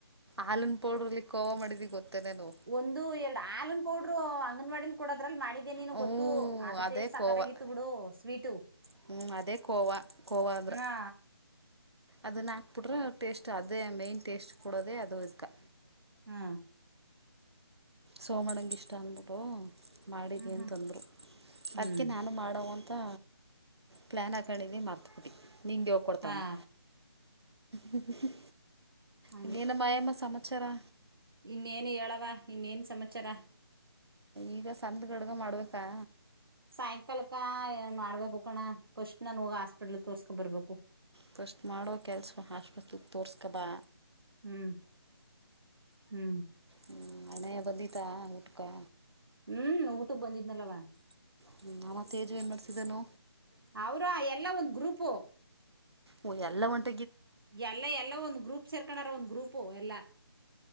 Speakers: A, on the right; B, on the right.
A: ಹಲುನ್ ಪೌಡ್ರಲ್ಲಿ ಕೋವಾ ಮಾಡಿದಿ ಗೊತ್ತಾ ನಾನು.
B: ಒಂದು ಎರಡು ಹಾಲೂನ್ ಪೌಡ್ರು ಅಂಗನ್ವಾಡಿಲಿ ಕೊಡೋದ್ರಲ್ಲಿ ಮಾಡಿದ್ದೇ ನೀನು
A: ಹ್ಞೂ
B: ಗೊತ್ತು ಅದ್
A: ಅದೇ
B: ಟೇಸ್ಟ್ ಸಾಕತ್ತಾಗಿತ್ತು.
A: ಕೋವಾ
B: ಬಿಡು ಸ್ವೀಟು.
A: ಹ್ಞೂ ಅದೇ ಕೋವಾ ಕೋವಾ ಅಂದ್ರೆ.
B: ಹಾ
A: ಅದನ್ನ್ ಹಾಕ್ಬಿಟ್ರೆ ಟೇಸ್ಟ್ ಅದೇ ಮೈನ್ ಟೇಸ್ಟ್ ಕೊಡೋದೆೇ ಅದು ಇದ್ಕೆ.
B: ಹಾ
A: ಸೋಮಣಂಗ್ ಇಷ್ಟ ಅನ್ಬಿಟ್ಟು ಮಾಡಿದೆ
B: ಹ್ಮ್ ಹ್ಮ್
A: ಅಂತಂದ್ರು
B: ಹ್ಮ್
A: ಅದಕ್ಕೆ ನಾನು ಮಾಡೋವ ತ ಪ್ಲ್ಯಾನ್ ಹಾಕೊಂಡಿದ್ದಿ ಮಾರ್ತ್ಬಿಟಿ ನಿಂಗೆ ಯೋಳ್ಕೊಡ್ತಾವ್ನಿ.
B: ಹಾ
A: ಹ್ಮ್ ಹ್ಮ್
B: ಹಂಗೆ
A: ಇನ್ನೇನು ಮಾಯಮ ಸಮಚರಾ?
B: ಇನ್ನೇನು ಹೇಳವ ಇನ್ನೇನ್ ಸಮಾಚಾರ?
A: ಈಗ ಸಂದ್ಗಡ್ಗ ಮಾಡ್ಬೇಕಾ?
B: ಸಾಯಂಕಾಲಕ್ಕ ಏನ್ ಮಾಡ್ಬೇಕು ಕಣ ಪಸ್ಟ್ ನನ್ ಹೋಗ ಹಾಸ್ಪಿಟ್ಲ್ಗ್ ತೋರ್ಸ್ಕೊ ಬರ್ಬೇಕು.
A: ಫಸ್ಟ್ ಮಾಡೋ ಕೆಲ್ಸ್ವ ಹಾಸ್ಪತ್ರಿಗ್ ತೋರ್ಸ್ಕಬಾ.
B: ಹ್ಮ್ ಹ್ಮ್
A: ಹ್ಮ್ ಅಣ್ಣಯ್ಯ ಬಂದಿತ್ತಾ ಊಟ್ಕ?
B: ಹ್ಮ್ ಊಟಕ್ಕ್ ಬಂದಿದ್ನಲ್ಲವ.
A: ಹ್ಮ್ ಅವ ತೇಜು ಏನ್ ಮಾಡ್ಸಿದನು?
B: ಅವ್ರಾ ಎಲ್ಲಾ ಒಂದ್ ಗ್ರೂಪು.
A: ಓ ಎಲ್ಲ ಒಂದ್
B: ಎಲ್ಲ ಎಲ್ಲ ಒಂದ್ ಗ್ರೂಪ್ ಸೇರ್ಕಂಡಾರ ಒಂದ್ ಗ್ರೂಪು ಎಲ್ಲಾ.